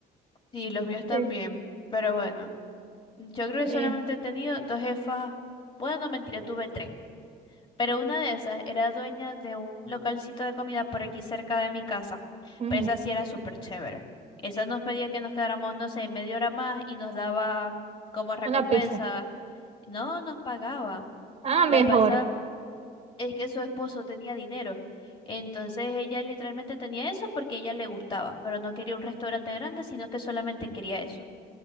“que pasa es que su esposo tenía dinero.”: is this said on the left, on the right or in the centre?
Left